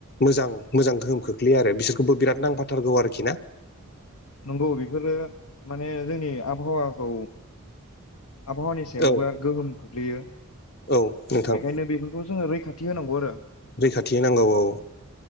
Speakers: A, on the left; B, on the left.
A: मोजां मोजां गोहोम खोख्लैयो आरो बिसोरखौबो बिराद नांफाथारगौ आरोखि ना
B: नंगौ बेफोरो माने जोंनि आबहावाखौ आबहावानि सायाव
A: औ
B: बिराद गोहोम खोख्लैयो
A: औ नोंथां
B: बेखायनो बेफोरखौ जोङो रैखाथि <unintelligible> नंगौ आरो
A: रैखाथि नांगौ औ